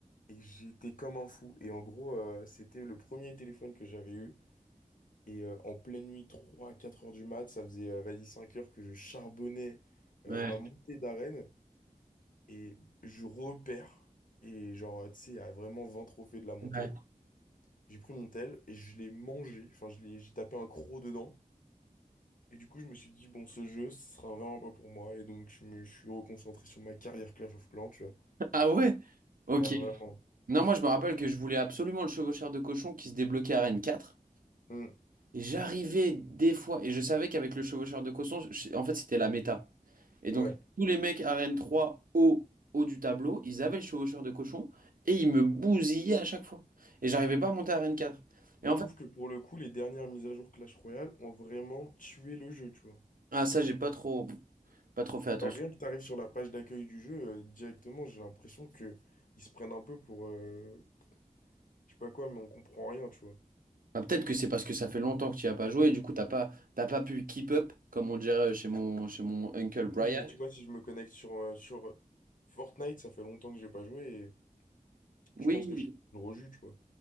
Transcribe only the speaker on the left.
Et j'étais comme un fou. Et en gros, euh, c'était le premier téléphone que j'avais eu. Et euh, en pleine nuit, 3, à 4 heures du mat, ça faisait, euh, vas-y, 5 heures que je charbonnais
euh, ma montée d'arène. Et je repère. Et genre, tu sais, à vraiment 20 trophées de la montée.
J'ai pris mon tel et je l'ai mangé. Enfin, je l'ai, j'ai tapé un croc dedans. Et du coup, je me suis dit, bon, ce jeu, ce sera vraiment pas pour moi. Et donc, je me je suis reconcentré sur ma carrière Clash of Clans, tu vois.
Ah, vraiment.
Hmm,
ouais.
Mais
je trouve
que pour le coup, les dernières mises à jour Clash Royale ont vraiment tué le jeu, tu vois.
Bah, rien que tu arrives sur la page d'accueil du jeu, euh, directement, j'ai l'impression que ils se prennent un peu pour, euh, je sais pas quoi, mais on comprend rien, tu vois.
Oui, mais tu vois, si je me connecte sur, euh, sur Fortnite, ça fait longtemps que j'ai pas joué et
je pense que je serai gros jus, tu vois.